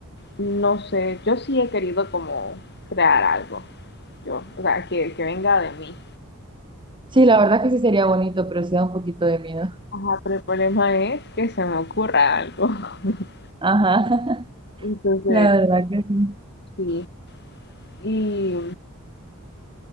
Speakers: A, on the left; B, on the right.
A: no sé, yo sí he querido como crear algo, yo, o sea, que, que venga de mí.
B: Sí, la verdad que sí sería bonito, pero sí da un poquito de miedo.
A: Ajá, pero el problema es que se me ocurra algo. <laughs>
B: Ajá, <laughs>
A: Entonces,
B: la verdad que sí.
A: sí. Y